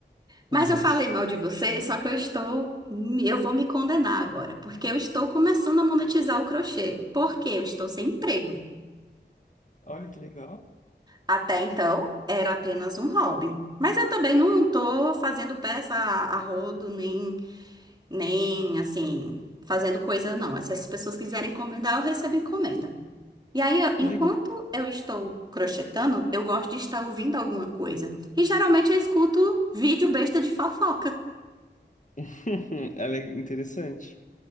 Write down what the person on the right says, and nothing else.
Mas
eu falei mal de você, só que eu estou, eu vou me condenar agora, porque eu estou começando a monetizar o crochê. Porque eu estou sem emprego.
Até então, era apenas um hobby. Mas eu também não tô fazendo peça a, a rodo, nem, nem assim, fazendo coisa, não. Se as pessoas quiserem encomendar, eu recebo encomenda. E aí, eu-
enquanto
eu estou crochetando, eu gosto de estar ouvindo alguma coisa. E geralmente eu escuto vídeo besta de fofoca.